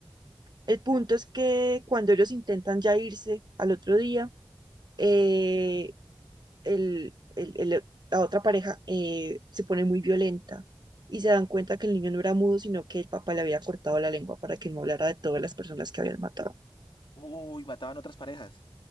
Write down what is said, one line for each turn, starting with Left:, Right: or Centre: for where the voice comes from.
Right: El punto es que cuando ellos intentan ya irse al otro día, eh, el, el- el- la otra pareja eh, se pone muy violenta y se dan
Left: Sí.
Right: cuenta que el niño no era mudo, sino que el papá le había cortado la lengua para que no hablara de todas las personas que habían matado.
Left: Uy, mataban otras parejas.